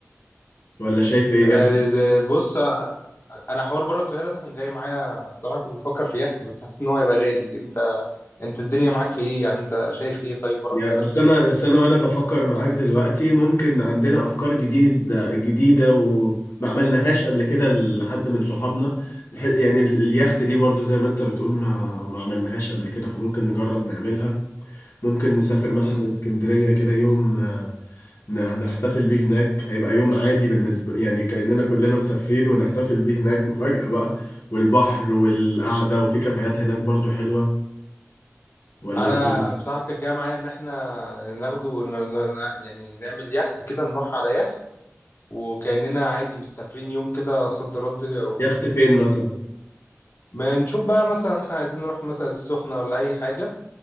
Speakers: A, on the left (about 80°); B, on the left (about 50°).
A: ولا شايف إيه إيه
B: آه،
A: رأيك؟
B: زي- بص انا حوار بره القاهره ده كان جاي معايا الصراحه كنت بفكر في يخت بس حاسس ان هو هيبقى غالي انت انت الدنيا معاك في ايه يعني انت شايف ايه طيب بره
A: يعني
B: القاهره ازاي
A: أصل أنا أصل أنا وأنا بفكر معاك دلوقتي ممكن عندنا أفكار جديدة جديدة و ما عملناهاش قبل كده لحد من صحابنا يعني اليخت دي برضو زي ما انت بتقول ما ما عملناهاش قبل كده فممكن نجرب نعملها ممكن نسافر مثلا
B: امم
A: اسكندرية كده يوم آه، ن- نحتفل بيه هناك هيبقى يوم عادي بالنسبة يعني كأننا كلنا مسافرين ونحتفل بيه هناك مفاجأة بقى والبحر والقعدة وفي كافيهات هناك برضو حلوة ولا
B: انا
A: ايه رأيك؟
B: بصراحه كان جاي معايا ان احنا ناخده ن... ن... يعني نعمل يخت كده نروح على يخت وكاننا عادي مسافرين يوم كده صد رد و...
A: يخت فين مثلا
B: ما نشوف بقى مثلا احنا عايزين نروح مثلا السخنه ولا اي حاجه